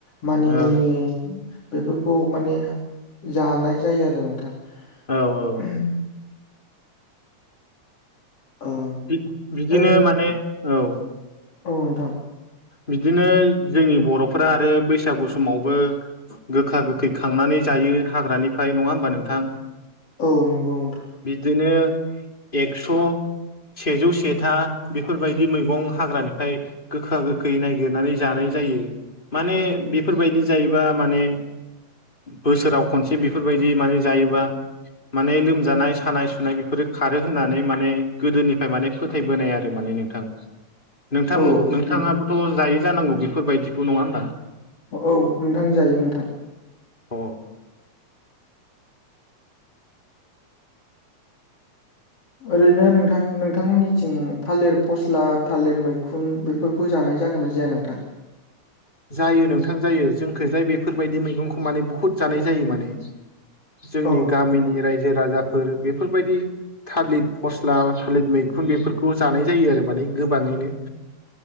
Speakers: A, on the left; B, on the left.
A: मानि
B: औ
A: बुनि बेफोरखौ माने जानाय जायो आरो नोंथां
B: औ औ
A: <unintelligible> ओं
B: बि-बिदिनो
A: ओरै
B: माने औ
A: औ नोंथां
B: बिदिनो जोंनि बर'फोरा आरो बैसागु समावबो गोखा गोखै खांनानै जायो हाग्रानिफ्राय नङा होमबा नोंथां
A: औ गौ नोंथां
B: बिदिनो एकस' सेजौ सेथा बेफोरबायदि मैगं हाग्रानिफ्राय गोखा गो खै नायगिरनानै जानाय जायो माने बेफोरबायदि जायोबा माने बोसोराव खनसे बेफोरबायदि माने जायोबा माने लोमजानाय सानाय सुनाय बेफोरो खारो होननानै माने गोदोनिफ्राय माने फोथैबोनाय आरो माने नोंथां। नोंथां
A: औ
B: नोंथाङाबोथ'
A: नोंथां
B: जायो जानांगौ बेफोरबायदिखौ नङा होमबा
A: औ नोंथां जायो नोंथां
B: अ
A: ओरैनो नोंथां नोंथांमोननिथिं थालिर फस्ला थालिर मैखुन बे फोरखौ जानाय जागोन ना जाया नोंथां?
B: जायो नोंथां जायो जोंखैजाय बेफोरबायदि मैगंखौ माने बुहुत जानाय जायो माने। जोंनि
A: औ
B: गामिनि
A: नोंथां
B: रायजो राजाफोर बेफोरबायदि थालिर फस्ला थालिर मैखुन बेफोरखौ जानाय जायो आरो माने गोबाङैनो।